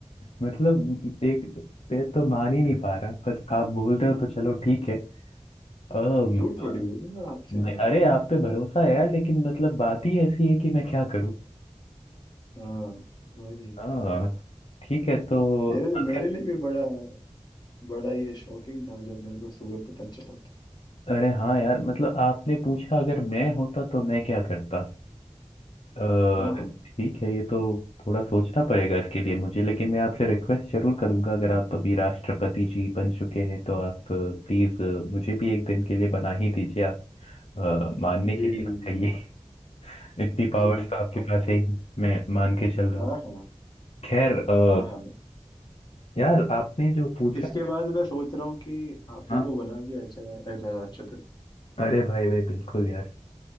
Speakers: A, on the left; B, on the left.
A: मतलब एक पे तो मान ही नहीं पा रहा पर आप बोल रहे हो तो चलो ठीक है अम,
B: झूठ थोड़ी बोलूंगा आपसे
A: नहीं,
B: मैं
A: अरे आप पे भरोसा है यार लेकिन मतलब बात ही ऐसी है कि मैं क्या करूं
B: हाँ भाई
A: हाँ ठीक है तो
B: मेरे लिए
A: अगर-
B: मेरे लिए भी बड़ा बड़ा ये शॉकिंग था जब मेरे को सुबह पता चला था
A: अरे हाँ यार मतलब आपने पूछा अगर मैं होता तो मैं क्या करता अ,
B: हाँ हाँ
A: ठीक है ये तो थोड़ा सोचना पड़ेगा इसके लिए मुझे लेकिन मैं आपसे रिक्वेस्ट जरूर करूंगा अगर आप अभी राष्ट्रपति जी बन चुके हैं तो आप प्लीज मुझे भी एक दिन के लिए बना ही दीजिए आप अ, मानने
B: जी
A: के लिए
B: जी
A: चाहिए <laughs> इतनी पावर्स
B: जी
A: तो आपके
B: आपको
A: पास है ही मैं मान के चल रहा
B: हाँ
A: हूँ
B: हाँ
A: खैर अ,
B: हाँ हाँ
A: यार आपने जो पूछा
B: इसके बाद मैं सोच रहा हूँ कि आप
A: हाँ
B: ही को बना दिया जाए अगला राष्ट्रपति
A: अरे भाई भाई बिल्कुल यार